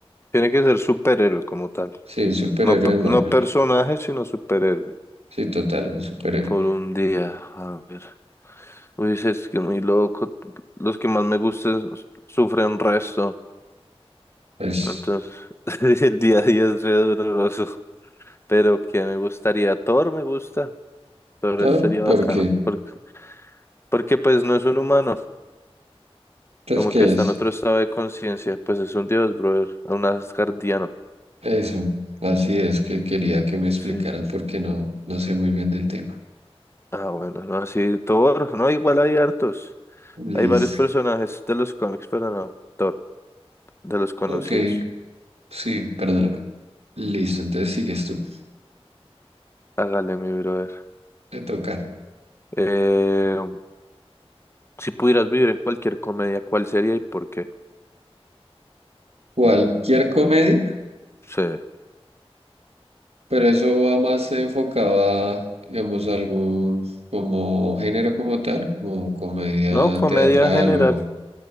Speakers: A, on the left; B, on the right.
A: Tiene que ser superhéroe como tal.
B: Sí, un superhéroe
A: No, pe-
B: de Marvel.
A: no personaje, sino superhéroe.
B: Sí, total, un superhéroe.
A: Por un día, a ver. Uy, sí, es que muy loco. Los que más me gustan sufren resto.
B: Pues,
A: Entonces, <laughs> el día a día es re doloroso. Pero que me gustaría, Thor me gusta, Thor
B: Thor,
A: estaría
B: ¿por
A: bacano,
B: qué?
A: porque, porque pues no es un humano,
B: Pues,
A: como
B: ¿qué
A: que está
B: es?
A: en otro estado de conciencia, pues es un dios, brother, un asgardiano,
B: Eso. Así es que quería que me explicara
A: sí.
B: porque no, no sé muy bien del tema.
A: Ah, bueno, no, sí, Thor, no, igual hay hartos,
B: Liz.
A: hay varios personajes de los cómics, pero no, Thor, de los conocidos,
B: Ok, sí, perdóname. Listo, entonces sigues tú.
A: hágale mi brother.
B: Te toca.
A: Eh, si pudieras vivir en cualquier comedia, ¿cuál sería y por qué?
B: Cualquier comedia,
A: Sí,
B: pero eso va más enfocado a, digamos, algún como género como tal, como comedia
A: no, comedia
B: teatral
A: general,
B: o,